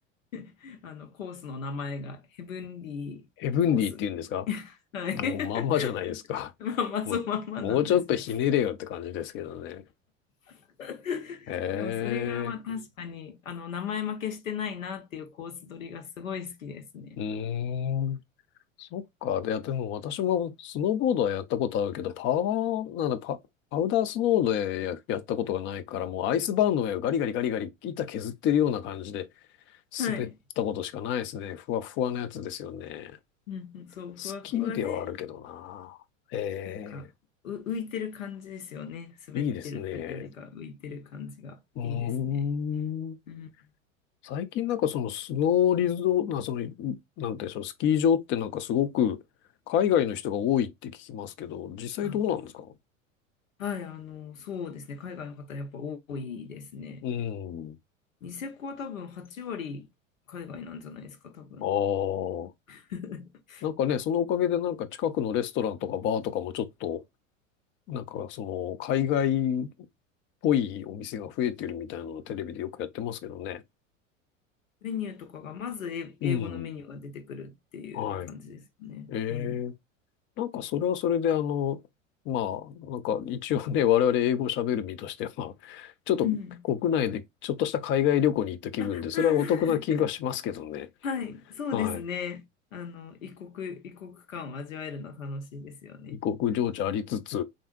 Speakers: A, on the left; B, on the left.
A: <laughs> あの、コースの名前が、ヘブンリーコースって。
B: ヘブンディって言うんですか
A: <laughs> はい。
B: もうまんまじゃないですか。
A: <laughs> まあまあ、
B: <laughs> もう、
A: そのまんまなんですよ。
B: もうちょっとひねれよって感じですけどね。
A: <laughs>
B: ええ
A: でも、それがまあ確かに、あの、名前負けしてないなっていうコース取りがすごい好きですね。
B: うーん。そっか。で、でも私もスノーボードはやったことあるけど、パワー、なんだ、パ、パウダースノーでや、やったことがないから、もうアイスバーンの上をガリガリガリガリ板削ってるような感じで
A: はい。
B: 滑ったことしかないですね。ふわふわなやつですよね。
A: うんうん、そう、
B: スキーではあるけどな。
A: ふわふわで、
B: え
A: なんか、
B: え、
A: う浮いてる感じですよね。滑ってるというよりか、
B: いいですね。
A: 浮いてる感じがいいですね。
B: うーん。
A: うん
B: 最近なんかそのスノーリゾート、な、その、なんていうんでしょう、スキー場ってなんかすごく海外の人が多いって聞きますけど、実際どうなんですか
A: あはい、あの、そうですね、海外の方やっぱ多いですね。
B: うん。
A: ニセコは多分8割海外なんじゃないですか、多分。
B: ああ。
A: <laughs>
B: なんかね、そのおかげでなんか近くのレストランとかバーとかもちょっと、なんかその海外っぽいお店が増えてるみたいなのをテレビでよくやってますけどね。
A: メニューとかが、まず英英語のメニューが出てくるっていう感じですね。
B: うん。はい。え
A: うん。
B: えなんかそれはそれであの、まあ、なんか一応ね、我々英語喋る身としては、ちょっと国内でちょっとした海外旅行に行った気分で、
A: うん。<laughs>
B: それはお得な気がしますけどね。
A: うんはい、そうですね。
B: はい。
A: あの、異国、異国感を味わえるのは楽しいですよね。
B: 異国情緒ありつつ、